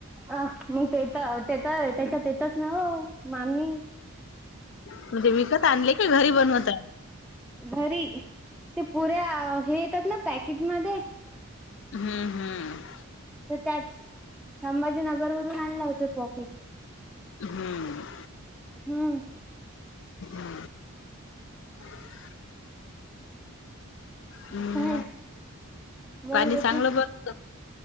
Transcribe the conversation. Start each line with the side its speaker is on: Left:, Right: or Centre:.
Centre: अ मग ते तर ते तर त्याच्यात येतच ना हो मामी.
Left: म्हणजे, विकत आणले की घरी बनवताय.
Centre: घरी ते पुऱ्या हे येतात ना पॅकेटमध्ये.
Left: हम्म हम्म.
Centre: तर त्याच संभाजीनगर वरून आणलं होत पॉकेट.
Left: हम्म.
Centre: हम.
Left: <inaudible> हम्म.
Centre: काय मंग
Left: पाणी
Centre: अजून.
Left: चांगलं बघत